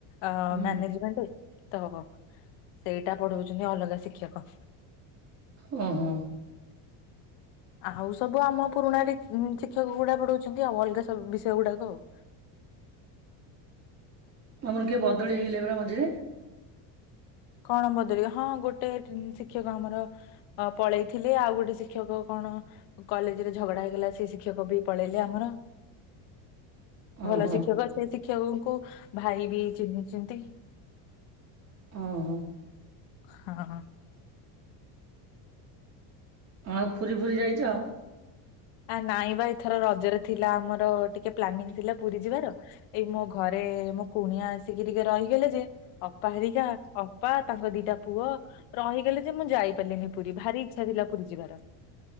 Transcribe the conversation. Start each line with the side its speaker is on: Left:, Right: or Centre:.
Left: ଅ
Right: ହୁଁ
Left: ମ୍ୟାନେଜମେଣ୍ଟ ତ ହବ ସେଇଟା ପଢୋଉଚନ୍ତି ଅଲଗା ଶିକ୍ଷକ
Right: ଉଁ ହୁଁ।
Left: ଆହୁସୁ <unintelligible> ସବୁ ଆମ ପୁରୁଣା ଡିକ୍ସ ଚିକ୍ ଶିକ୍ଷକ ଗୁଡା ପଢୋଉଚନ୍ତି ଆଉ ଅଲଗା ସବୁ ବିଷୟ ଗୁଡାକ ଆଉ।
Right: ତମର କିଏ ବଦଳି ହେଇଗଲା ପରା ମଝିରେ?
Left: କଣ ବଦଳିବ ହଁ ହଁ ଟି ଗୋଟେ ଶିକ୍ଷକ ଆମର ପଳେଇଥିଲେ ଆଉ ଗୋଟେ ଶିକ୍ଷକ କଣ କଲେଜରେ ଝଗଡା ହେଇଗଲା ସେ ଶିକ୍ଷକ ବି ପଳେଇଲେ। ଆମର ଭଲ
Right: ଓହୋ
Left: ଶିକ୍ଷକ ସେ ଶି ଶିକ୍ଷକଙ୍କୁ ଭାଇ ବି ଚିହ୍ନିିଛନ୍ତି।
Right: ହଁ ହଁ।
Left: ହଁ।
Right: ହଁ ଆଉ ପୁରୀ ଫୁରୀ ଯାଇଛ।
Left: ଆ ନାଇଁ ବା ଏଥର ରଜରେ ଥିଲା ଆମର ଟିକେ ପ୍ଲାନିଙ୍ଗ ଥିଲା ପୁରୀ ଯିବାର ଏଇ ମୋ ଘରେ ମୋ କୁଣିଆ ଆସିକି ଟିକେ ରହି ଯେ ଅପା ହେରିକା ଅପା ତାଙ୍କ ଦିଟା ପୁଅ ରହିଗଲେ ଯେ ମୁଁ ଯାଇପାରିଲିନି ପୁରୀ ଭାରି ଇଚ୍ଛା ଥିଲା ପୁରୀ ଯିବାର।